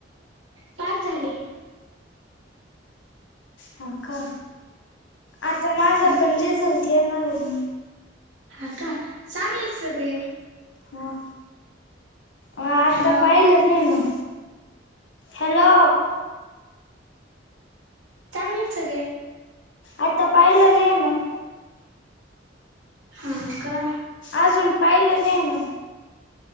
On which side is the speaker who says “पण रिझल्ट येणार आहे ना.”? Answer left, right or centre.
Left